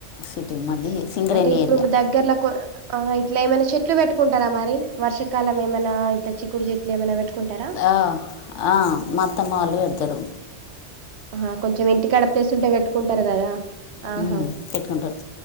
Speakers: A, on the left (about 75°); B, on the right (about 65°).
A: సిటీ మాది సింగరేణి
B: అంటే ఇప్పుడు
A: ఏరియా
B: దగ్గర్లకు ఆ ఇట్లా ఏమైనా చెట్లు పెట్టుకుంటారా మరి వర్షాకాలం ఏమైనా ఇట్ట చిక్కుడు చెట్లు ఏమైనా పెట్టుకుంటారా
A: ఆ ఆ మా అత్తమ్మ వాళ్ళు పెడతారు
B: హా కొంచెం ఇంటికాడ ప్లేస్ ఉంటే పెట్టుకుంటారు కదా ఆహా
A: ఉ పెట్టుకుంటారు